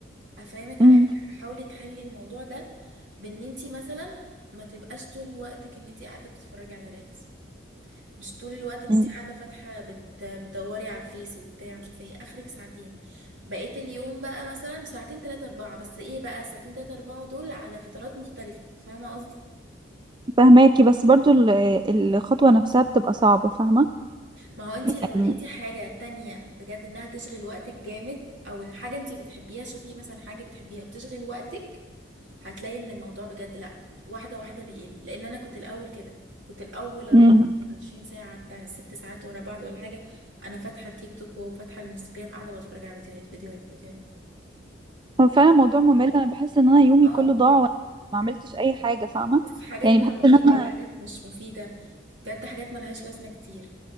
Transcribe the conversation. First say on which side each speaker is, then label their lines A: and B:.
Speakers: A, on the right (about 75°); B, on the right (about 25°).
A: افهمك على
B: مم،
A: حاجه حاولي تحلي الموضوع ده بان انت مثلا ما تبقاش طول وقتك ان انت قاعده بتتفرجي على ريلز مش طول الوقت ان
B: مم،
A: انت قاعده فاتحه بت... بتدوري على الفيس وبتاع مش عارفه ايه اخرك ساعتين بقيت اليوم بقى مثلا ساعتين تلاتة اربعة بس ايه بقى ساعتين تلاتة اربعة دول على فترات مختلفه فاهمه قصدي
B: فاهماكي بس برضو ال- الخطوة نفسها بتبقى صعبة فاهمة
A: ما هو انت
B: يعني
A: لو لقيتي حاجه تانية بجد انها تشغل وقتك جامد او ان حاجه انت بتحبيها شوفي مثلا حاجه بتحبيها وتشغل وقتك هتلاقي ان الموضوع بجد لا واحده واحده بيقل لان انا كنت الاول كده كنت الاول 24
B: مم.
A: ساعه بتاع ست ساعات ورا بعض ولا حاجه انا فاتحه تيك توك وفاتحه الانستجرام قاعده بتفرج على فيديوهات فيديوهات فيديوهات
B: هو فعلا موضوع ممل انا بحس ان انا يومي
A: اه
B: كله ضاع وانا ما عملتش اي حاجه فاهمه
A: بس حاجات
B: يعني
A: بقى
B: بحس
A: مفيده
B: ان انا
A: ولا حاجات مش مفيده بجد حاجات ملهاش لازمه كتير